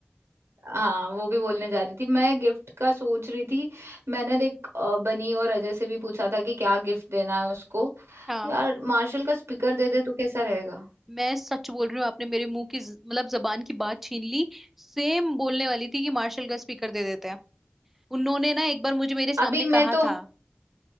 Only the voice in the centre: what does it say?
हाँ
मैं सच बोल रही हूँ आपने मेरे मुंह की ज- मतलब जबान की बात छीन ली सेम बोलने वाली थी कि मार्शल का स्पीकर दे देते हैं उन्होंने ना एक बार मुझे मेरे सामने
कहा
था